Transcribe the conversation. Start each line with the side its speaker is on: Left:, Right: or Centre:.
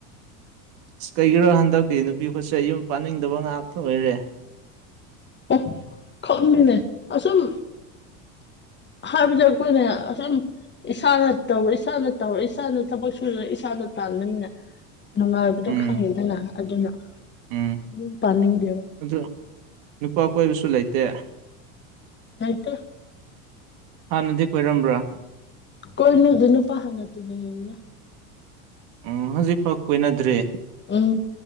Right: ꯑꯁ ꯀꯩꯒꯤꯔꯣ ꯍꯟꯗꯛꯇꯤ ꯅꯨꯄꯤ ꯈꯨꯠꯁꯦ ꯌꯨꯝ ꯄꯥꯅꯤꯡꯗꯕ ꯉꯥꯛꯇ ꯑꯣꯏꯔꯦ
Left: ꯑꯣ ꯈꯪꯉꯅꯦ ꯑꯁꯨꯝ ꯍꯥꯏꯕꯗ ꯑꯩꯈꯣꯏꯅ ꯑꯁꯨꯛ ꯌꯥꯝ ꯏꯁꯥꯅ ꯇꯧ ꯏꯁꯥꯅ ꯇꯧꯔ ꯏꯁꯥꯅ ꯊꯕꯛ ꯁꯨꯗ ꯏꯁꯥꯅ ꯇꯥꯜꯂꯃꯤꯅ ꯅꯨꯡꯉꯥꯏꯕꯗꯣ
Right: ꯎꯝ
Left: ꯈꯪꯉꯤꯗꯅ ꯑꯗꯨꯅ
Right: ꯎꯝ
Left: ꯑꯗꯨꯝ ꯄꯥꯅꯤꯡꯗꯦꯕ
Right: ꯑꯗꯨ ꯅꯨꯄꯥ ꯀꯣꯏꯕꯁꯨ ꯂꯩꯇꯦ
Left: ꯂꯩꯇꯦ
Right: ꯍꯥꯟꯅꯗꯤ ꯀꯣꯏꯔꯝꯕ꯭ꯔꯥ
Left: ꯀꯣꯏꯅ ꯑꯗꯨꯅ ꯄꯥꯅ ꯇꯨꯅ ꯑꯏꯩꯅ
Right: ꯎꯝ ꯍꯧꯖꯤꯛꯐꯥꯎ ꯀꯣꯏꯅꯗ꯭ꯦ
Left: ꯎꯝ